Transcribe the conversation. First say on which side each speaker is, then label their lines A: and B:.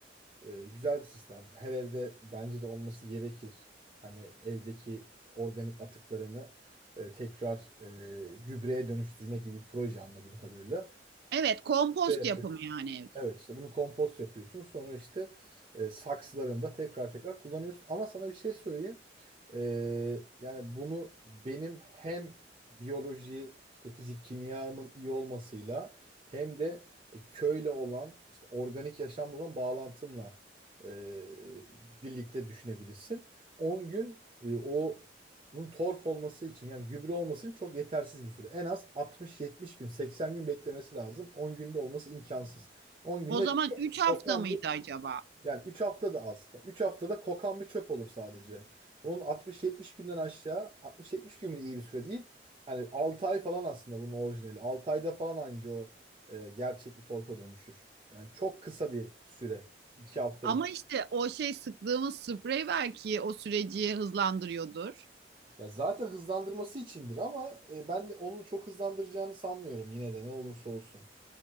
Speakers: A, on the right; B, on the right.
A: E, güzel bir sistem. Her evde bence de olması gerekir. Hani evdeki organik atıklarını e, tekrar e, gübreye dönüştürme gibi bir proje anladığım kadarıyla.
B: Evet kompost
A: Ve yapıyorsun.
B: yapımı yani evde.
A: Evet işte bunu kompost yapıyorsun. Sonra işte e, saksılarında tekrar tekrar kullanıyorsun. Ama sana bir şey söyleyeyim. Ee, yani bunu benim hem biyoloji işte fizik kimyamın iyi olmasıyla hem de e, köyle olan işte organik yaşamla olan bağlantımla e, birlikte düşünebilirsin. 10 gün e, o bunun torf olması için yani gübre olması için çok yetersiz bir süre. En az 60-70 gün 80 gün beklemesi lazım. 10 günde olması imkansız. 10 günde
B: O zaman 3 hafta
A: toplam
B: mıydı acaba?
A: yani 3 hafta da az. 3 haftada kokan bir çöp olur sadece. Bunun altmış, yetmiş günden aşağı altmış, yetmiş gün bile iyi bir süre değil. Yani 6 ay falan aslında bunun orijinali. 6 ayda falan anca o e, gerçek bir torfa dönüşür. Yani çok kısa bir süre. 2 hafta
B: Ama
A: 3.
B: işte o şey sıktığımız sprey belki o süreci hızlandırıyordur.
A: Ya zaten hızlandırması içindir ama e, ben de onu çok hızlandıracağını sanmıyorum yine de ne olursa olsun.